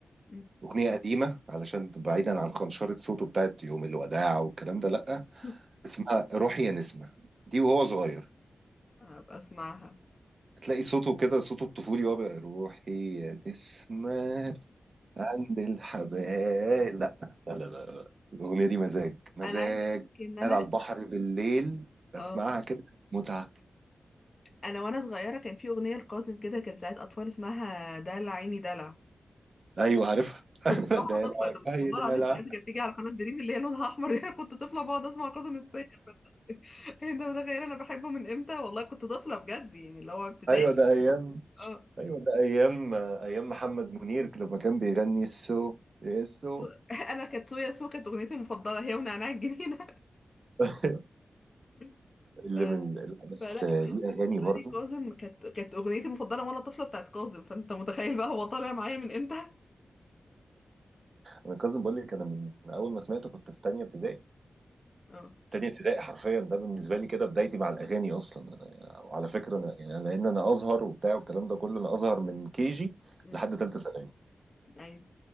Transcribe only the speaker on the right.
اغنيه قديمه علشان تبقى بعيدا عن خنشره صوته بتاعت يوم الوداع والكلام ده لا
اسمها روحي يا نسمه دي وهو صغير
هتلاقي صوته كده صوته الطفولي وهو بقى روحي يا نسمة عند الحبايب لا لا لا لا لا. الأغنية دي مزاج مزاج
قاعد على البحر بالليل بسمعها
كده متعة
أيوة عارفها <laughs>
ده
لا
أيوة ده
لا
أيوة ده أيام
أيوة ده أيام أيام محمد منير لما كان بيغني السو السو
أيوة.
اللي
من لا بس
ليه
أغاني برضه
أنا كاظم بقول لك أنا من من أول ما سمعته كنت في تانية ابتدائي
تاني ابتدائي حرفيا ده بالنسبه لي كده بدايتي مع الاغاني اصلا انا وعلى فكره انا يعني انا ان انا ازهر وبتاع والكلام ده كله انا ازهر من كي جي
لحد ثالثه ثانوي